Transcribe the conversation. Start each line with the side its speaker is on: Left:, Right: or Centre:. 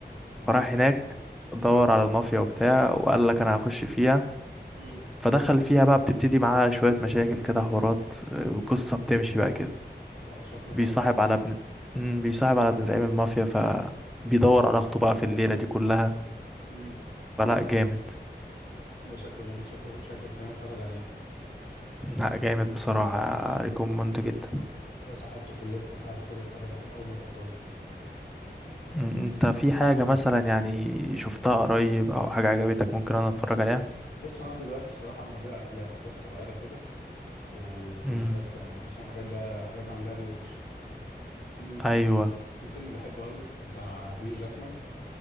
Left: تمام
Centre: فراح هناك دور على المافيا وبتاع وقال لك انا هخش فيها
Left: امم
Centre: فدخل فيها بقى بتبتدي معاها شويه مشاكل كده حوارات آه، القصه بتمشي بقى كده
Left: لا شكله
Centre: بيصاحب
Left: جامد
Centre: على ابن مم، بيصاحب على ابن زعيم المافيا فبيدور على اخته بقى في الليله دي كلها
Left: امم
Centre: فلا جامد
Left: لا شكله جامد شكله شكله خليني اتفرج عليه
Centre: لا جامد بصراحه ريكوموند جدا
Left: خلاص احطه في الليست بتاعتي كده اتفرج عليه اول ما ابقى فاضي
Centre: مم، انت في حاجة مثلا يعني شفتها قريب او حاجة عجبتك ممكن انا اتفرج عليها
Left: بص انا دلوقتي الصراحه مقضيها افلام حاجات صغيره كده وبس
Centre: امم
Left: يعني خصوصا حاجات بقى حاجات بعمل لها ري واتش في في
Centre: ايوه
Left: في فيلم بحبه قوي بتاع هيو جاكمان